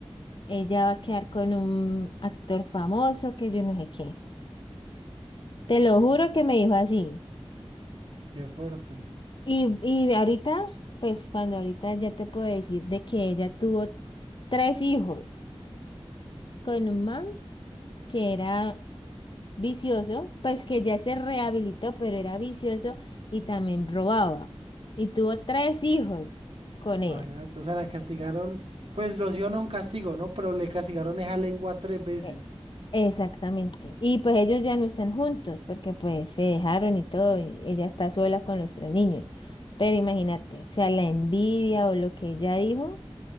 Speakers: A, on the left; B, on the right.
A: ella va a quedar con un actor famoso que yo no sé qué. Te
B: Mm,
A: lo juro que me dijo así.
B: Qué fuerte.
A: Y, y ahorita, pues cuando ahorita ya te puedo decir de que ella tuvo tres hijos con un man que era vicioso, pues que ya se rehabilitó, pero era vicioso y también robaba. Y tuvo tres hijos con él.
B: Imagínate, o sea, la castigaron, pues lo hicieron a un castigo, ¿no? Pero le castigaron esa lengua tres veces.
A: Eh, Exactamente. Y pues ellos ya no están juntos porque pues se dejaron y todo, y ella está sola con los tres niños. Pero imagínate, o sea, la envidia o lo que ella dijo,